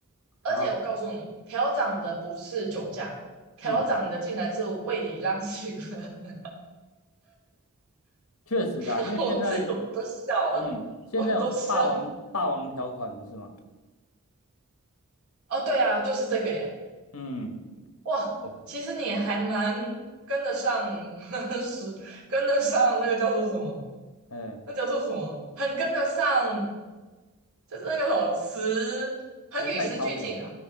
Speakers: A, on the right; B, on the left.
A: 而且我告诉你，
B: 啊，
A: 调涨的不是酒驾，调涨的竟然是胃里让行了，
B: 嗯，确实啦，
A: <laughs>
B: 因为现在，
A: 我自己我都笑了，
B: 嗯，现在有霸王霸王条款不是吗？
A: 我都笑。哦，对啊，就是这个耶。
B: 嗯，
A: 哇，
B: 哦，
A: 其实你还蛮跟得上，<laughs> 是跟得上那个叫做什么？
B: 哎，
A: 那叫做什么？很跟得上，就是那个什么时，很与时俱进啊！
B: 时代潮流，